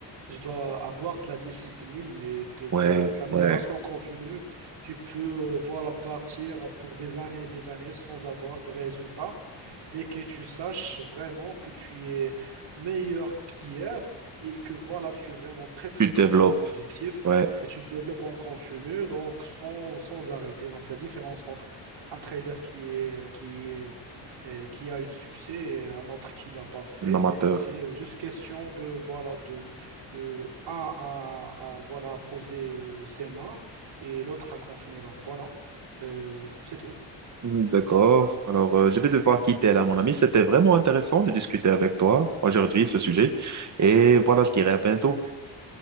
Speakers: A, on the right; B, on the right.
A: je dois avoir de la discipline et de,
B: Ouais,
A: de- de l'amélioration
B: ouais.
A: continue qui peut euh, voilà, partir pour des années et des années sans avoir de résultats mais que tu saches vraiment que tu es meilleur qu'hier et que voilà, tu es vraiment très très
B: Tu
A: proche
B: te développes.
A: à ton objectif
B: Ouais,
A: et tu te développes en continu, donc sans, sans arrêter. Donc la différence entre un trader qui est, qui est, euh, qui a eu du succès et un autre qui l'a pas fait,
B: un amateur.
A: c'est euh, juste question de voilà de de un à, à, voilà poser euh, ses mains et l'autre à continuer. Donc voilà, Euh, c'est tout.
B: Mhm, D'accord. Alors, euh, je vais devoir quitter là, mon ami. C'était vraiment intéressant de discuter avec toi aujourd'hui ce sujet. Et voilà, je dirai à bientôt.